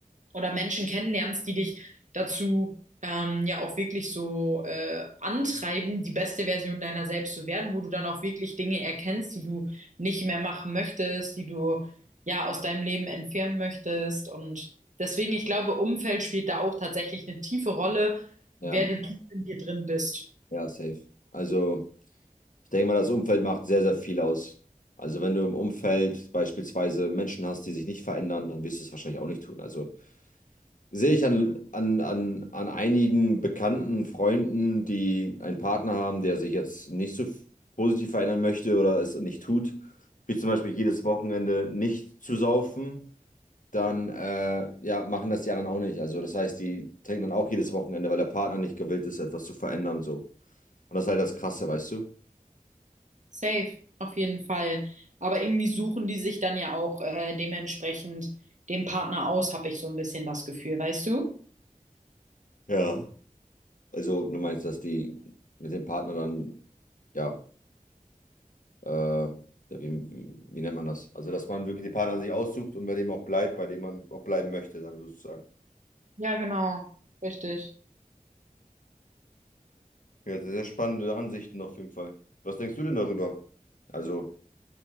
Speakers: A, on the right; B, on the left.
A: oder Menschen kennenlernst, die dich dazu ähm, ja auch wirklich so äh, antreiben, die beste Version deiner selbst zu werden, wo du dann auch wirklich Dinge erkennst, die du nicht mehr machen möchtest, die du ja aus deinem Leben entfernen möchtest. Und deswegen, ich glaube, Umfeld spielt da auch tatsächlich eine tiefe Rolle,
B: Ja,
A: wer du tief in dir drin bist.
B: ja, safe. Also. Ich denke mal, das Umfeld macht sehr, sehr viel aus. Also wenn du im Umfeld beispielsweise Menschen hast, die sich nicht verändern, dann wirst du es wahrscheinlich auch nicht tun. Also sehe ich an, an, an, an einigen bekannten Freunden, die einen Partner haben, der sich jetzt nicht so f- positiv verändern möchte oder es nicht tut, wie zum Beispiel jedes Wochenende nicht zu saufen, dann äh, ja, machen das die anderen auch nicht. Also das heißt, die trinken dann auch jedes Wochenende, weil der Partner nicht gewillt ist, etwas zu verändern so. Und das ist halt das Krasse, weißt du?
A: Safe, auf jeden Fall. Aber irgendwie suchen die sich dann ja auch äh, dementsprechend den Partner aus, habe ich so ein bisschen das Gefühl, weißt du?
B: Ja. Also du meinst, dass die mit dem Partner dann, ja, äh, ja, wie, wie, wie nennt man das? Also dass man wirklich den Partner sich aussucht und bei dem auch bleibt, bei dem man auch bleiben möchte, dann sozusagen.
A: Ja, genau, richtig.
B: Ja, sehr spannende Ansichten auf jeden Fall. Was denkst du denn darüber? Also